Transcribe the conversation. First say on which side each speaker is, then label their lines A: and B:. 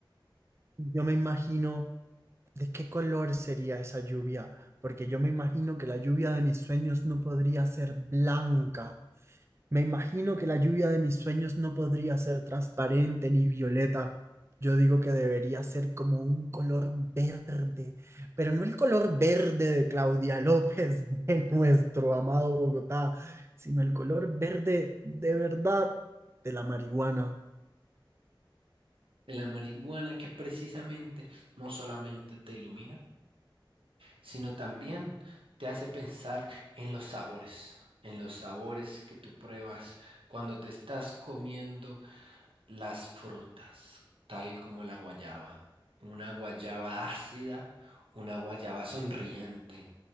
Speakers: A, on the right (about 30°); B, on the right (about 90°).
A: Yo me imagino de qué color sería esa lluvia, porque yo me imagino que la lluvia de mis sueños no podría ser blanca Me imagino que la lluvia de mis sueños no podría ser transparente ni violeta. Yo digo que debería ser como un color verde, pero no el color verde de Claudia López, <laughs> de nuestro amado Bogotá, sino el color verde de verdad de la marihuana.
B: De la marihuana que precisamente no solamente te ilumina, sino también te hace pensar en los sabores, en los sabores que tú pruebas cuando te estás comiendo las frutas, tal como la guayaba. Una guayaba ácida, una guayaba sonriente,